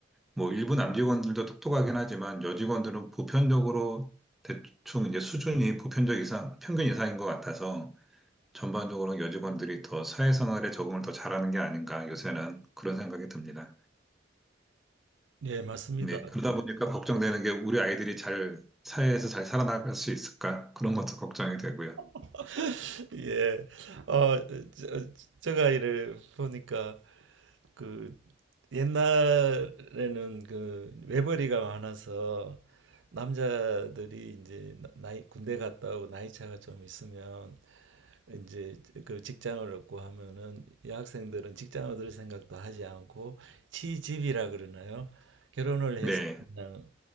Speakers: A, in the centre; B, on the right.
A: 뭐 일부 남직원들도 똑똑하긴 하지만 여직원들은 보편적으로 대충 이제 수준이 보편적 이상, 평균 이상인 것 같아서 전반적으로 여직원들이 더 사회생활에 적응을 더 잘하는 게 아닌가 요새는 그런 생각이 듭니다.
B: 네 맞습니다.
A: 네, 그러다 보니까 걱정되는 게 우리 아이들이 잘 사회에서 잘 살아나갈 수 있을까? 그런 것도 걱정이 되고요.
B: <laughs> 예. 어, 저, 제가 이를 보니까 그 옛날에는 그 외벌이가 많아서 남자들이 이제 나- 나이 군대 갔다 오고 나이 차가 좀 있으면 이제 그 직장을 얻고 하면은 여학생들은 직장 얻을 생각도 하지 않고 취집이라 그러나요? 결혼을 해서
A: 네.
B: 그냥